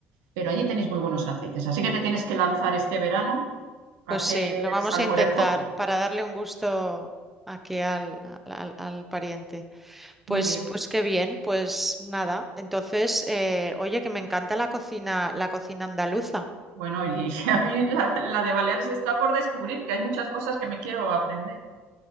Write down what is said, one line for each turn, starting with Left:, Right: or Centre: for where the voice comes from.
Right: Pero allí tenéis muy buenos aceites. Así que te tienes que lanzar este verano a
Centre: pues
Right: hacer
Centre: sí, lo vamos
Right: salmorejo
Centre: a intentar
Right: tú.
Centre: para darle un gusto aquí al, al al- al pariente.
Right: Muy
Centre: Pues,
Right: bien.
Centre: pues qué bien, pues nada. Entonces, eh, oye, que me encanta la cocina, la cocina andaluza.
Right: Bueno, y <laughs> a mí la, la de Baleares está por descubrir, que hay muchas cosas que me quiero aprender.